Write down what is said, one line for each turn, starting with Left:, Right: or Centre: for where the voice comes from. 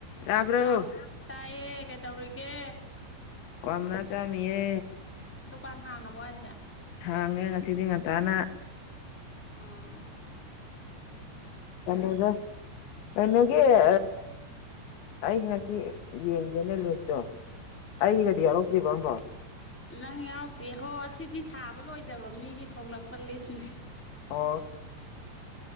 Left: ꯇꯥꯕ꯭ꯔꯣ
Centre: ꯥ ꯇꯥꯏꯌꯦ ꯀꯩꯗꯧꯔꯤꯒꯦ
Left: ꯀꯝꯅꯁꯦ ꯌꯦ
Centre: ꯗꯨꯀꯥꯟ ꯍꯥꯡꯉꯕꯣ ꯍꯥꯏꯁꯦ
Left: ꯍꯥꯡꯉꯦ ꯉꯁꯤꯗꯤ ꯉꯟꯇꯥꯅ
Centre: ꯑꯥ
Left: ꯀꯩꯅꯗ ꯀꯩꯅꯒꯤ ꯑ ꯑꯩ ꯉꯁꯤ ꯌꯦꯡꯒꯦꯅꯦ ꯂꯤꯁꯇꯣ ꯑꯩꯒꯤꯒꯗꯤ ꯌꯥꯎꯔꯛꯇ꯭ꯔꯤꯕ ꯑꯝꯕꯣ
Centre: ꯅꯪ ꯌꯥꯎꯗꯦ ꯍꯣ ꯁꯤꯗꯤ ꯁꯥꯕ ꯂꯣꯏꯗꯕ ꯃꯤꯒꯤ ꯊꯣꯛꯂꯛꯄ ꯂꯤꯁꯅꯦ
Left: ꯑꯣ